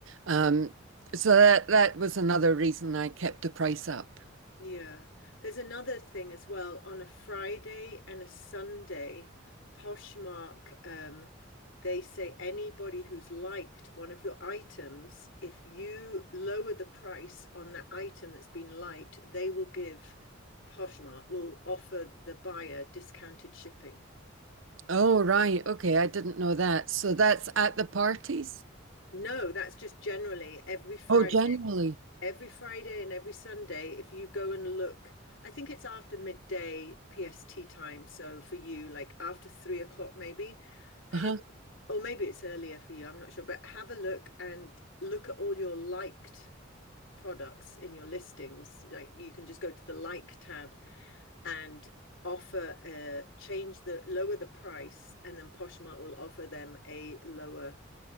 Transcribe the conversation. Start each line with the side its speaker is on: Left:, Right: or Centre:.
Right: Um, so that that was another reason I kept the price up.
Left: Yeah. There's another thing as well. On a Friday and a Sunday, Poshmark, um, they say anybody who's liked one of your items, if you lower the price on that item that's been liked, they will give Poshmark will offer the buyer discounted shipping.
Right: Oh, right. Okay, I didn't know that. So that's at the parties?
Left: No, that's just generally every Friday.
Right: Oh, generally.
Left: every Friday and every Sunday, if you go and look, I think it's after midday PST time. So for you, like after three o'clock, maybe have,
Right: Uh-huh.
Left: or maybe it's earlier for you, I'm not sure, but have a look and look at all your liked products in your listings. Like you can just go to the like tab and offer a change the lower the price, and then Poshmark will offer them a lower